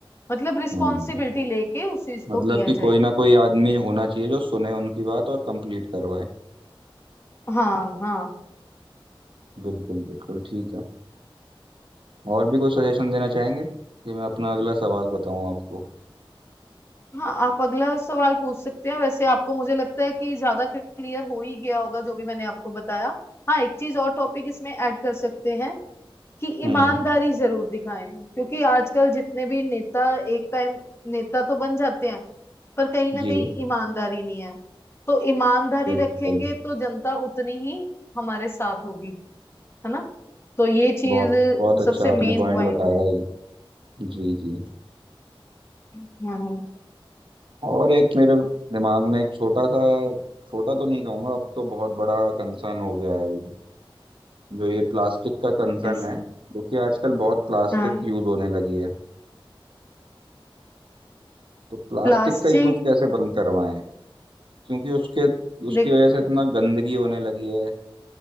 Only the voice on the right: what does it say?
हम्म
मतलब
कि
कोई ना कोई आदमी होना चाहिए जो सुने उनकी बात और कंप्लीट करवाए
बिल्कुल बिल्कुल ठीक है और भी कोई सजेशन देना चाहेंगे कि मैं अपना अगला सवाल बताऊं आपको
हम्म
जी
बिल्कुल
बहुत बहुत अच्छा
आपने पॉइंट
बताया
ये जी जी
और एक मेरे दिमाग में एक छोटा सा छोटा तो नहीं कहूंगा अब तो बहुत बड़ा कंसर्न हो गया है ये जो ये प्लास्टिक का कंसर्न
है क्योंकि आजकल बहुत प्लास्टिक
यूज होने लगी है तो प्लास्टिक
का यूज कैसे बंद करवाएं क्योंकि उसके उसकी
वजह से इतना गंदगी होने लगी है